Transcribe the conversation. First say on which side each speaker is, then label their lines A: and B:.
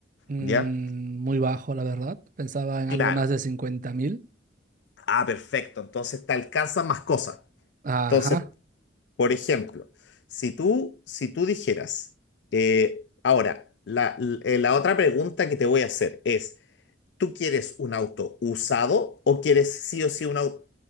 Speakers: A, on the right; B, on the left.
A: Mm,
B: ¿ya?
A: muy bajo, la verdad. Pensaba en
B: Claro.
A: algo más de 50 mil.
B: Ah, perfecto. Entonces te alcanzan más cosas.
A: Ajá.
B: Entonces, Por ejemplo, si tú, si tú dijeras, eh, ahora, la, l- eh, la otra pregunta que te voy a hacer es, ¿tú quieres un auto usado o quieres sí o sí un, au-